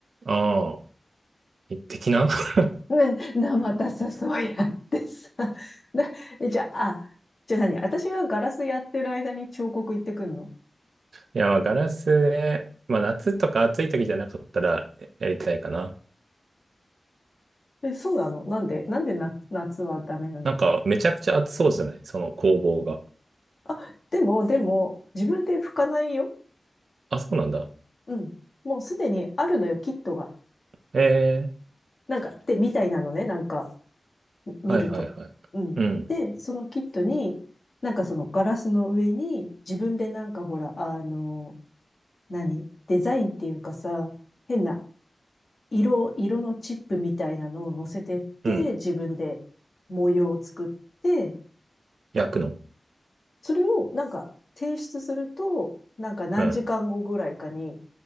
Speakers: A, on the right; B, on the left.
A: ああ、一滴な <laughs>
B: ね、な、またさ、そうやってさ。<laughs> な、えじゃあ、あ、じゃあ何私がガラスやってる間に彫刻行ってくんの
A: いや、まあ、ガラスで、まあ、夏とか暑い時じゃなかったらやりたいかな。
B: え、そうなのなんでなんでな夏はダメなの
A: なんか、めちゃくちゃ暑そうじゃないその工房が。
B: あ、でも、でも、自分で拭かないよ。
A: あ、そうなんだ。
B: うん。もうすでにあるのよ、キットが。
A: ええ、
B: なんか、で、みたいなのね、なんか。見ると。
A: はいはいはい。
B: うん。
A: うん、
B: で、そのキットに、なんかそのガラスの上に、自分でなんかほら、あの、何デザインっていうかさ、変な色、色のチップみたいなのを乗せてって、
A: うん。
B: 自分で模様を作って、
A: 焼くの。
B: それをなんか提出すると、なんか何時間後ぐらいかに、
A: うん、
B: い